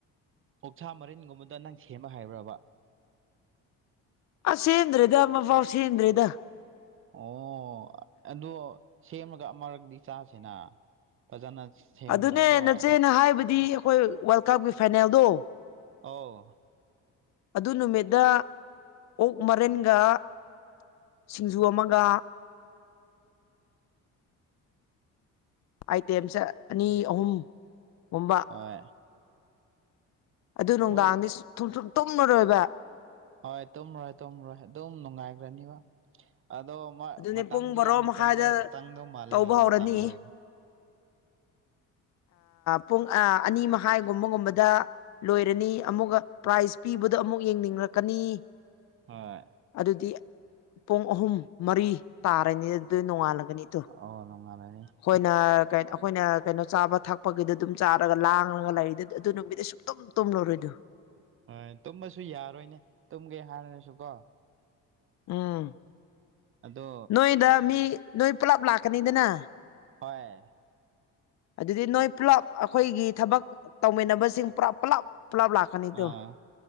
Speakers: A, on the right; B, on the left.
A: ꯍꯣꯛꯁꯥ ꯃꯔꯤꯟꯒꯨꯝꯕꯗ ꯅꯪ ꯁꯦꯝꯕ ꯍꯥꯏꯕ꯭ꯔꯥꯕ
B: ꯑꯁ ꯆꯦꯟꯗ꯭ꯔꯦꯗ ꯑꯃꯄꯥꯎ ꯆꯦꯟꯗ꯭ꯔꯦꯗ
A: ꯑꯣ ꯑꯗꯣ ꯁꯦꯝꯃꯒ ꯑꯃꯔꯛꯗꯤ ꯆꯥꯁꯤꯅ ꯐꯖꯅ ꯁꯦꯝꯃꯒꯀꯣ
B: ꯑꯗꯨꯅꯦ ꯅꯆꯦꯅ ꯍꯥꯏꯕꯗꯤ ꯑꯩꯈꯣꯏ ꯋꯥꯔꯜ ꯀꯞꯀꯤ ꯐꯥꯏꯅꯦꯜꯗꯣ
A: ꯑꯥꯎ
B: ꯑꯗꯨ ꯅꯨꯃꯤꯠꯗ ꯑꯣꯛ ꯃꯔꯤꯟꯒ ꯁꯤꯡꯖꯨ ꯑꯃꯒ ꯑꯥꯏꯇꯦꯝꯁꯦ ꯑꯅꯤ ꯑꯍꯨꯝꯒꯨꯝꯕ
A: ꯍꯣꯏ
B: ꯑꯗꯨ ꯅꯨꯡꯗꯥꯡꯗꯤꯨꯝ
A: ꯃꯣꯏ
B: ꯇꯨꯝꯂꯔꯣꯏꯕ
A: ꯍꯣꯏ ꯇꯨꯝꯃꯣꯏ ꯇꯨꯝꯃꯔꯣꯏ ꯑꯗꯨꯝ ꯅꯨꯡꯉꯥꯏꯈ꯭ꯔꯅꯤꯕ ꯑꯗꯣ
B: ꯑꯗꯨꯅꯦ
A: ꯃꯇꯝꯗꯤ
B: ꯄꯨꯡ ꯕꯥꯔꯣ
A: ꯌꯥꯝꯧ
B: ꯃꯈꯥꯏꯗ
A: ꯆꯪꯗꯧ ꯃꯥꯜꯂꯦ
B: ꯇꯧꯕ ꯍꯧꯔꯅꯤ
A: ꯃꯇꯝꯗꯣ
B: ꯄꯨꯡ ꯑ ꯑꯅꯤꯃ ꯍꯥꯏꯒꯨꯝꯕꯒꯨꯝꯕꯗ ꯂꯣꯏꯔꯅꯤ ꯑꯃꯨꯛꯀ ꯄ꯭ꯔꯥꯏꯖ ꯄꯤꯕꯗꯣ ꯑꯃꯨꯛ ꯌꯦꯡꯅꯤꯡꯔꯛꯀꯅꯤ
A: ꯍꯣꯏ
B: ꯑꯗꯨꯗꯤ ꯄꯨꯡ ꯑꯍꯨꯝ ꯃꯔꯤ ꯇꯥꯔꯅꯤ ꯑꯗꯨ ꯅꯣꯡꯉꯥꯜꯂꯒꯅꯤ ꯇꯨ
A: ꯑꯣ ꯅꯣꯡꯉꯥꯜꯂꯅꯤ
B: ꯑꯩꯈꯣꯏꯅ ꯀ ꯑꯩꯈꯣꯏꯅ ꯀꯩꯅꯣ ꯆꯥꯕ ꯊꯛꯄꯒꯤꯗꯣ ꯑꯗꯨꯝ ꯆꯥꯔꯒ ꯂꯥꯡꯉꯒ ꯂꯩꯔꯤꯗꯨ ꯑꯗꯨ ꯅꯨꯃꯤꯠꯇ ꯁꯨ ꯇꯨꯝ ꯇꯨꯝꯂꯔꯣꯏꯗꯨ
A: ꯍꯣꯏ ꯇꯨꯝꯕꯁꯨ ꯌꯥꯔꯣꯏꯅꯦ ꯇꯨꯝꯒꯦ ꯍꯥꯏꯔꯁꯨ ꯀꯣ
B: ꯎꯝ
A: ꯑꯗꯣ
B: ꯅꯣꯏꯗ ꯃꯤ ꯅꯣꯏ ꯄꯨꯂꯞ ꯂꯥꯛꯀꯅꯤꯗꯅ
A: ꯍꯣꯏ
B: ꯑꯗꯨꯗꯤ ꯅꯣꯏ ꯄꯨꯂꯞ ꯑꯩꯈꯣꯏꯒꯤ ꯊꯕꯛ ꯇꯧꯃꯤꯟꯅꯕꯁꯤꯡ ꯄꯨꯂꯞ ꯄꯨꯂꯞ ꯄꯨꯂꯞ ꯂꯥꯛ ꯀꯅꯤꯗꯣ
A: ꯑꯥ